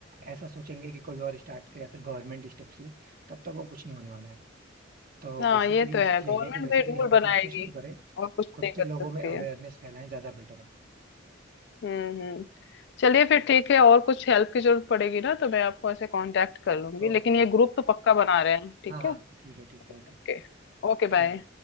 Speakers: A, on the right; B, on the left.
A: ऐसा सोचेंगे कि कोई और स्टार्ट करे या फिर गवर्नमेंट स्टेप्स ले तब तक वो कुछ नहीं होने वाला है तो
B: हाँ
A: बेसिकली
B: ये तो है गवर्नमेंट
A: यही है कि बेसिकली
B: भाई रूल
A: हम
B: बनाएगी
A: खुद से शुरू करें
B: और कुछ
A: खुद
B: नहीं कर
A: से लोगों
B: सकती
A: में अवेयरनेस
B: है
A: फैलाएं ज्यादा बेटर है
B: हम्म हम्म चलिए फिर ठीक है और कुछ हेल्प की जरूरत पड़ेगी ना तो मैं आपको ऐसे कांटेक्ट कर लूंगी
A: ओके
B: लेकिन ये ग्रुप तो पक्का बना रहे हैं ठीक
A: हाँ हाँ
B: है
A: ठीक है ठीक है
B: ओके
A: ओके
B: Okay
A: Okay bye
B: bye